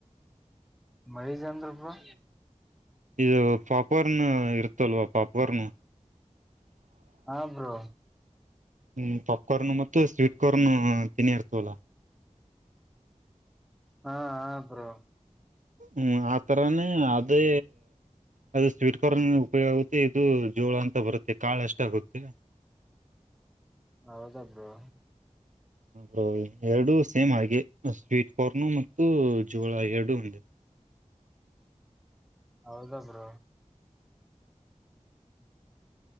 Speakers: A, in the centre; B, on the right.
A: ಮೈಜ್ ಅಂದ್ರ ಬ್ರೋ
B: ಇದು ಪಾಪಕಾರ್ನ್ ಇರುತ್ತಲ್ವಾ ಪಾಪಕಾರ್ನ್.
A: ಹಾ ಬ್ರೋ
B: ಹ್ಮ ಪಾಪ್ಕಾರ್ನ್ ಮತ್ತು ಸ್ವೀಟ್ ಕಾರ್ರ್ನ್ ತೆನಿ ಇರ್ತವಲ್ಲ.
A: ಹಾ ಹ ಬ್ರೋ.
B: ಹ್ಮ್ ಆ ತರಾನೇ ಅದೇ. ಅದು ಸ್ವೀಟ್ ಕರ್ನ್ ಉಪಯೋಗ ಆಗುತ್ತೆ, ಇದು ಜೋಳ ಅಂತ ಬರುತ್ತೆ ಕಾಳ ಎಷ್ಟಾಗುತ್ತೆ.
A: ಹೌದ ಬ್ರೋ.
B: ಹ ಎರಡು ಸೇಮ್ ಹಾಗೆ ಸ್ವೀಟ್ ಕಾರ್ನ್ ಮತ್ತು ಜೋಳ ಎರಡು ಒಂದ.
A: ಹೌದ ಬ್ರೋ.